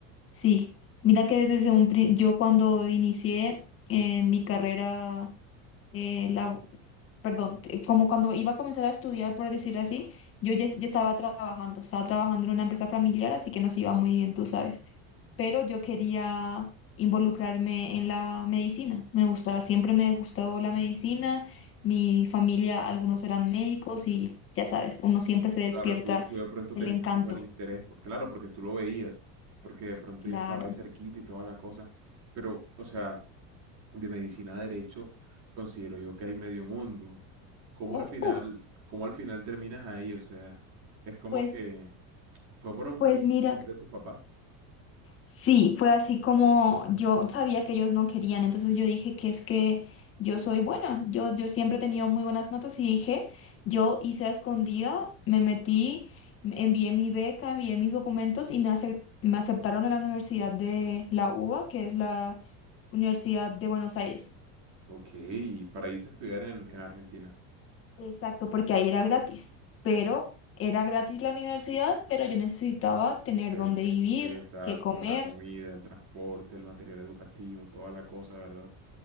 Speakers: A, on the left; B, on the right.
A: Sí, mira que desde un pri- yo cuando inicié eh, mi carrera, eh, la, perdón, eh, como cuando iba a comenzar a estudiar, por decir así, yo ya, ya estaba trabajando, estaba trabajando en una empresa familiar, así que nos iba muy bien, tú sabes. Pero yo quería involucrarme en la medicina, me gustaba, siempre me gustó la medicina, mi familia, algunos eran médicos y ya sabes, uno siempre se despierta
B: Claro, tú, tú de pronto
A: el
B: tenías
A: encanto,
B: como el interés, por- claro, porque tú lo veías, porque de pronto
A: claro.
B: ya estaba ahí cerquita y toda la cosa. Pero, o sea, de medicina a derecho, considero yo que hay medio mundo. ¿Cómo al
A: U-
B: final,
A: uf,
B: cómo al final terminas ahí? O sea, es como
A: pues
B: que fue por o-
A: Pues
B: imposición
A: mira,
B: de tus papás.
A: sí, fue así como yo sabía que ellos no querían, entonces yo dije que es que yo soy buena, yo, yo siempre he tenido muy buenas notas y dije, yo hice a escondida, me metí, me- envié mi beca, envié mis documentos y me, acep- me aceptaron a la Universidad de la UBA, que es la Universidad de Buenos Aires.
B: Ok, para irte a estudiar en, en Argentina.
A: Exacto, porque ahí era gratis, pero era gratis la universidad, pero yo necesitaba tener
B: El,
A: dónde vivir,
B: eh, exacto,
A: qué comer.
B: la comida, el transporte, el material educativo, toda la cosa, ¿verdad?